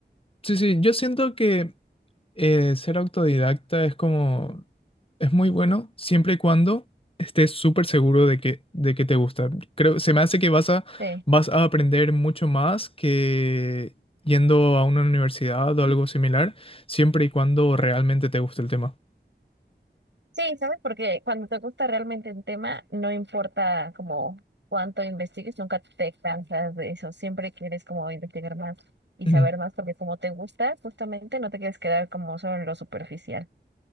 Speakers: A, on the left (about 30°); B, on the right (about 75°).
A: Sí, sí, yo siento que eh, ser autodidacta es como, es muy bueno siempre y cuando estés súper seguro de que, de que te gusta. Creo, se me hace que vas a,
B: Sí.
A: vas a aprender mucho más que yendo a una universidad o algo similar, siempre y cuando realmente te guste el tema.
B: Sí, ¿sabes? Porque cuando te gusta realmente un tema, no importa como cuánto investigues, nunca te cansas de eso. Siempre quieres como investigar más y
A: Ujú.
B: saber más porque como te gusta, justamente no te quieres quedar como solo en lo superficial.